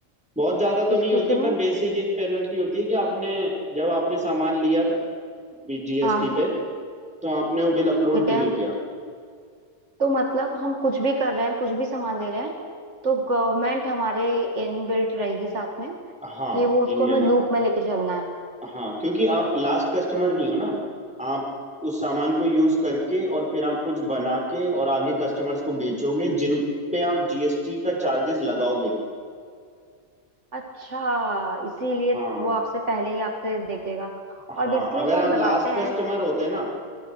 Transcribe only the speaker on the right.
किस
खुशी
में
हाँ
ठीक
है
तो मतलब हम कुछ भी कर रहे हैं कुछ भी सामान दे रहे हैं तो गवर्नमेंट हमारे इन बिल्ट रहेगी साथ में
कि वो उसको
हमें लूप में लेके चलना है
अच्छा इसीलिए
वो आपसे पहले ही आपसे देखेगा
और बेसिकली
जो
हम लगाते
हैं